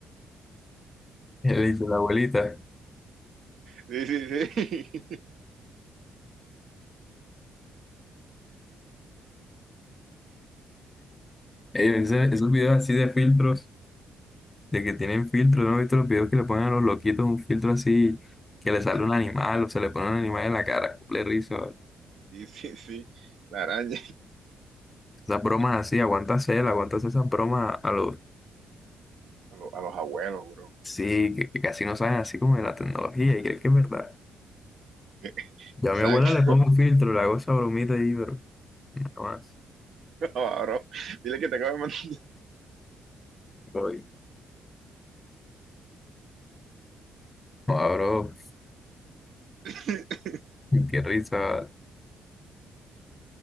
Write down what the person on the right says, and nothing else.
Sí, sí, sí.
<laughs>
Sí, sí, sí. La araña.
a, lo- a los abuelos, bro.
<laughs>
Exacto,
<laughs> No, bro. Dile que te acaba de mandar.
<laughs>